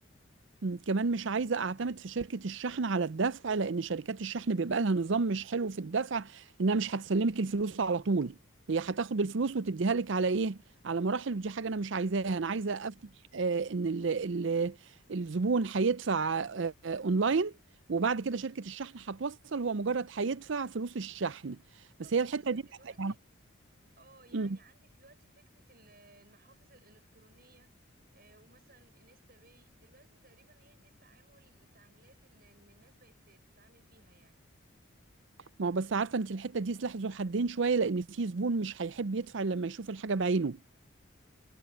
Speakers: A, on the right (about 60°); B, on the right (about 45°).
A: مم، كمان مش عايزة أعتمد في شركة الشحن على الدفع لأن شركات الشحن بيبقى لها نظام مش حلو في الدفع إنها مش هتسلمك الفلوس على طول هي هتاخد الفلوس وتديها لك على إيه؟ على مراحل ودي حاجة أنا مش عايزاها أنا عايزة أفتح آه، إن ال ال الزبون هيدفع آه، آه، أونلاين وبعد كده شركة الشحن هتوصل هو مجرد هيدفع فلوس الشحن
B: بالظبط
A: بس هي الحتة
B: بصي
A: دي
B: دلوقتي
A: يعني
B: اه يعني
A: مم.
B: عندك دلوقتي فكرة ال- المحافظ الإلكترونية آه، ومثلا انستا باي دلوقتي تقريبا هي دي التعامل التعاملات اللي اللي الناس بقت تتعامل بيها يعني
A: ما هو بس عارفة أنت الحتة دي سلاح ذو حدين شوية لأن في زبون مش هيحب يدفع إلا لما يشوف الحاجة بعينه